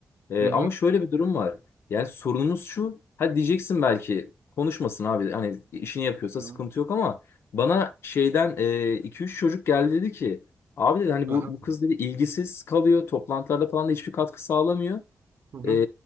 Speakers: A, on the left; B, on the right.
A: E,
B: Hı hı.
A: ama şöyle bir durum var. Yani sorunumuz şu. Hadi diyeceksin belki konuşmasın abi. Hani işini yapıyorsa
B: Hı.
A: sıkıntı yok ama bana şeyden e, iki üç çocuk geldi dedi ki abi dedi hani
B: Aha.
A: bu, bu kız dedi ilgisiz kalıyor. Toplantılarda falan da hiçbir katkı sağlamıyor.
B: Hı hı.
A: E,